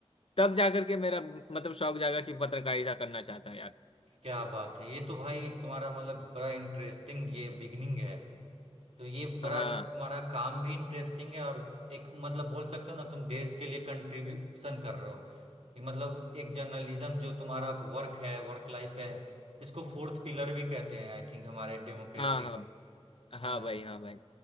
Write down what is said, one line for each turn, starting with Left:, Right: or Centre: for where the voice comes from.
Left: तब जाकर के मेरा मतलब शौक जागा कि पत्रकारिता करना चाहता हूँ यार
Right: क्या बात है ये तो भाई तुम्हारा मतलब बड़ा इंटरेस्टिंग ये बिगनिंग है तो ये
Left: हाँ
Right: बड़ा तुम्हारा काम भी इंटरेस्टिंग है और एक मतलब बोल सकते हो ना तुम देश के लिए कंट्रीब्यूशन कर रहे हो ये मतलब एक जर्नलिज्म जो तुम्हारा वर्क है वर्क लाइफ है इसको फोर्थ पिलर भी कहते हैं आई थिंक हमारे डेमोक्रेसी
Left: हाँ हाँ
Right: का
Left: हाँ
Right: है ना
Left: भाई हाँ भाई